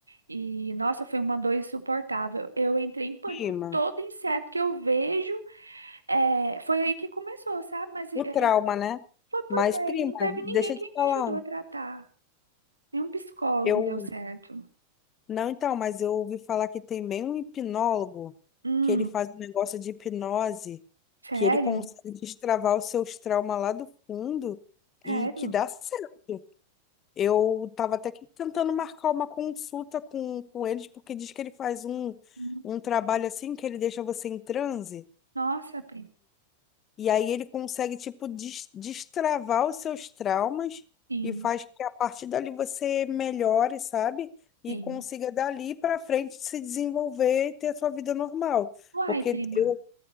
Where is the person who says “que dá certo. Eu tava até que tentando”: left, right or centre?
Left